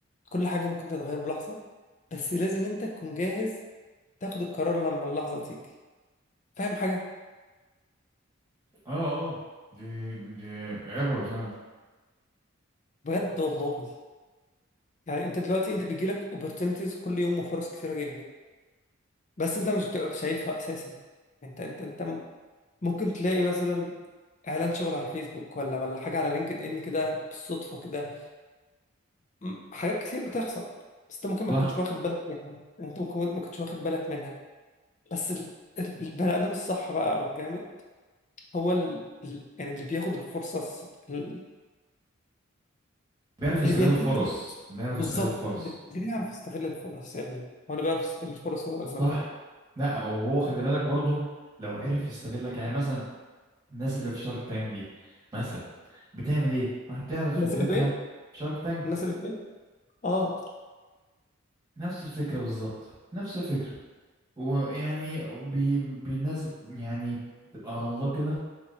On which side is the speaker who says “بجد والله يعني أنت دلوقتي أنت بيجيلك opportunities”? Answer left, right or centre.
Left